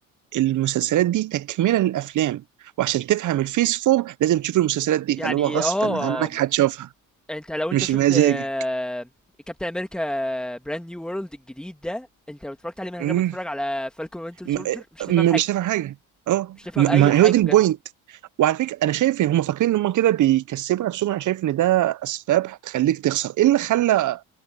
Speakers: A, on the right (about 55°); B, in the centre.
A: المسلسلات دي تكمله للافلام وعشان تفهم الفيس فور لازم تشوف المسلسلات دي
B: يعني
A: فاللي هو غصبا
B: اه
A: عنك هتشوفها
B: انت لو انت
A: مش
B: شفت
A: مزاجك
B: آه، كابتن امريكا براند نيو وورلد الجديد ده انت لو اتفرجت عليه من
A: مم.
B: غير ما تتفرج على فالكون وينتر سولجر
A: م-
B: مش تفهم
A: م-
B: حاجه
A: مش فاهم حاجه اه
B: مش تفهم
A: م-
B: اي
A: ما
B: حاجه
A: هو دي البوينت
B: بجد
A: وعلى فكره انا شايف ان هم فاكرين ان هم كده بيكسبوا نفسهم انا شايف ان ده اسباب هتخليك تخسر ايه اللي خلى